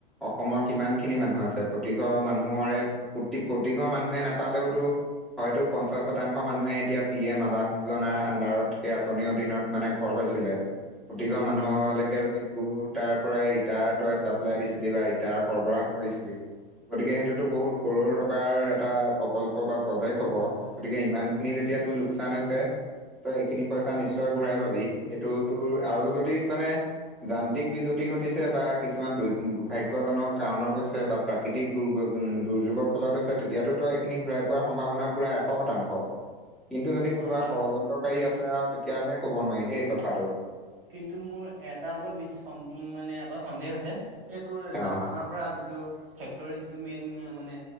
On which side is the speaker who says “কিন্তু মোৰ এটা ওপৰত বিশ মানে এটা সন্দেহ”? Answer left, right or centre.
Right